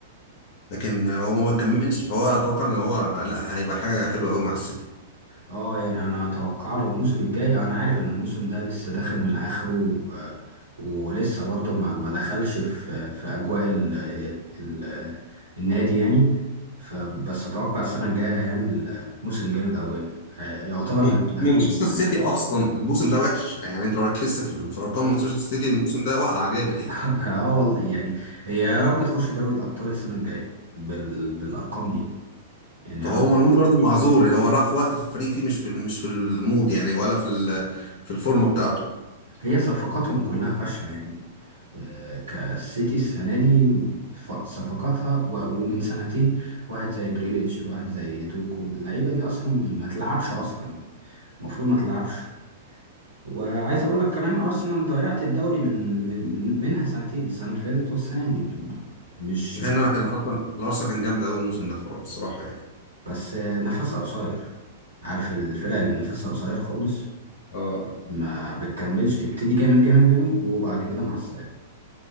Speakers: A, on the left (about 50°); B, on the right (about 80°).
A: لكن هو ما كملش فهو اتوقع ان هو لا هيبقى حاجه حلوه قوي مع السيتي
B: اه يعني انا اتوقع له الموسم الجاي انا عارف ان الموسم ده لسه داخل من اخره آه، ولسه برضه ما ما دخلش في في اجواء ال ال النادي يعني فبس اتوقع السنه الجايه هيعمل موسم جامد قوي هيعتبر
A: مون-
B: من الهدافين
A: مانشستر
B: السنة
A: سيتي اصلا الموسم ده وحش يعني انت لو ركزت في في ارقام
B: الجاية.
A: مانشستر سيتي الموسم ده وقع جامد يعني
B: <laughs> اه والله يعني هي يا رب تخش دوري الابطال السنه الجايه بال بالارقام دي يعني
A: فهو
B: هو
A: مرموش برضه معذور يعني هو راح في وقت الفريق فيه مش في مش في المود يعني ولا في ال- في الفورمه بتاعته
B: هي صفقاتهم كلها فاشلة يعني آه، كالسيتي السنة دي ف- صفقاتها و- ومن سنتين واحد زي جريليتش واحد زي دوكو اللعيبة دي أصلا ما تلعبش أصلا المفروض ما تلعبش وعايز أقول لك كمان أرسنال ضيعت الدوري من من من- منها سنتين السنة اللي فاتت والسنة دي م- مش
A: يعني انا كان ارسنال الارسنال كان جامد قوي الموسم ده فر- الصراحه يعني
B: بس آه، نفسها قصير عارف الفرق اللي نفسها قصير خالص
A: اه
B: ما بتكملش تبتدي جامد جامد جامد وبعد كده مع السلامة